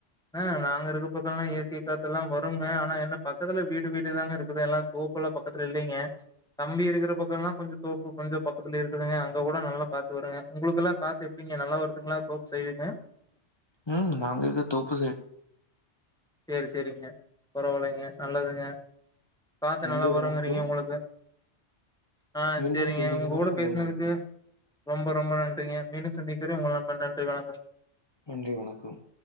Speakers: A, in the centre; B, on the left.
A: ஆ நாங்க இருக்க பக்கம்ல்லா இயற்கை காத்துல்லா வருங்க ஆனா என்ன பக்கத்துல வீடு வீடுதாங்க இருக்குது எல்லாம் தோப்பு எல்லாம் பக்கத்துல இல்லைங்க தம்பி இருக்கிற பக்கம்லா கொஞ்ச தோப்பு கொஞ்சம் பக்கத்துல இருக்குதுங்க அங்க கூட நல்லா காத்து வருங்க உங்களுக்கெல்லாம் காத்து எப்டிங்க நல்லா வருதுங்களா தோப்பு சைடுங்க
B: ம் நாங்க இருக்க தோப்பு சைடு
A: சேரி சேரிங்க பரவாயில்லைங்க நல்லதுங்க காத்து
B: நன்றி
A: நல்லா வருங்றீங்க
B: வணக்கம்.
A: உங்களுக்கு ஆ
B: மீண்டும்
A: சேரிங்க
B: சந்திக்கும்
A: உங்க
B: வரை
A: கூட
B: உங்கள்
A: பேசுனதுக்கு
B: நண்பன்.
A: ரொம்ப ரொம்ப நன்றிங்க மீண்டும் சந்திக்கிற உங்கள் நண்பன் நன்றி வணக்கம்
B: நன்றி வணக்கம்